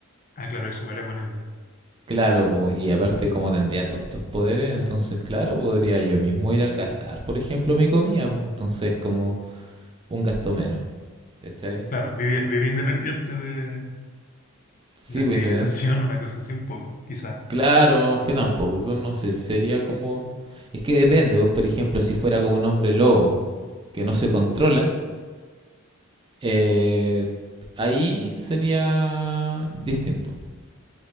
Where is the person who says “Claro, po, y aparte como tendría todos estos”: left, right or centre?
Right